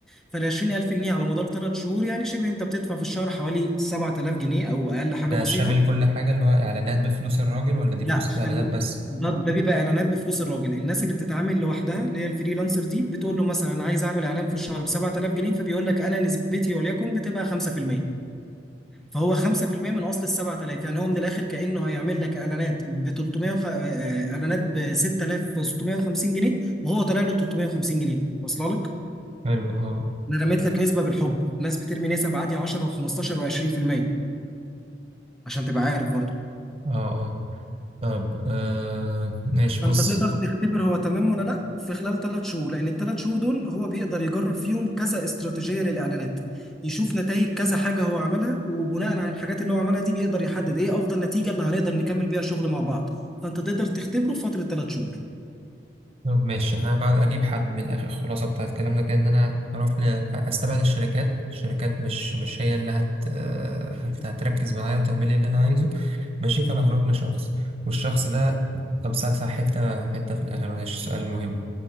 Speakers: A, in the centre; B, on the right (about 30°).
A: فال 20000 جنيه على مدار ثلاث شهور يعني شبه انت بتدفع في الشهر حوالي 7000 جنيه او اقل حاجه
B: ده
A: بسيطه
B: شامل كل حاجة اللي هو إعلانات بفلوس الراجل ولا دي
A: لا
B: فلوس
A: خل...
B: الإعلانات بس؟
A: ده ده بيبقى اعلانات بفلوس الراجل الناس اللي بتتعامل لوحدها اللي هي الفريلانسر دي بتقول له مثلا انا عايز اعمل اعلان في الشهر ب 7000 جنيه فبيقول لك انا نسبتي وليكن بتبقى 5% فهو 5% من اصل ال 7000 يعني هو من الاخر كانه هيعمل لك اعلانات ب 300 وخ... آه، آه، اعلانات ب 6650 جنيه وهو طالع له 350 جنيه واصله لك
B: حلو اه
A: انا رميت لك نسبه بالحب الناس بترمي نسب عادي 10 و15 و20% عشان تبقى عارف برضه.
B: اه اه طب آه ماشي
A: فانت
B: بص
A: تقدر تختبر هو تمام ولا لا في خلال ثلاث شهور لان الثلاث شهور دول هو بيقدر يجرب فيهم كذا استراتيجيه للاعلانات يشوف نتائج كذا حاجه هو عملها وبناء على الحاجات اللي هو عملها دي بيقدر يحدد ايه افضل نتيجه اللي هنقدر نكمل بيها شغل مع بعض فانت تقدر تختبره في فتره ثلاث شهور
B: طب ماشي انا بعد اجيب حد من الاخر الخلاصه بتاعت كلامنا كان ان انا اروح ل... استبعد الشركات الشركات مش مش هي اللي هت آه، هت- هتركز معايا وتعمل لي اللي انا عايزه ماشي فانا هروح لشخص والشخص ده طب صح صح حته حته في الاخر معلش سؤال مهم